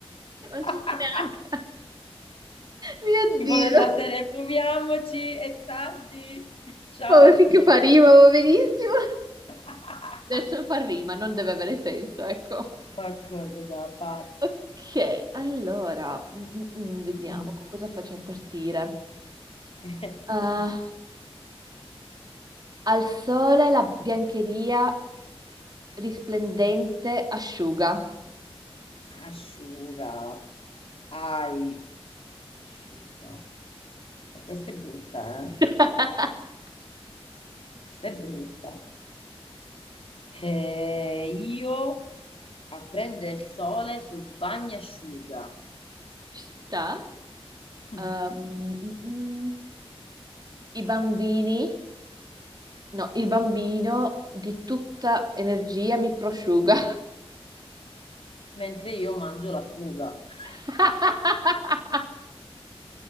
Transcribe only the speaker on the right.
Non ci sto neanche. Mio
Dio.
Vabbè,
finché fa rima, va benissimo.
Adesso fa rima, non deve avere senso, ecco.
Ok, allora, mm, mm, mm, vediamo
con cosa facciamo partire.
Eh, al sole la biancheria risplendente asciuga.
<laughs>
Ci sta?
Ehm, mm, mm. I bambini, no, il bambino di tutta energia mi prosciuga.
<laughs>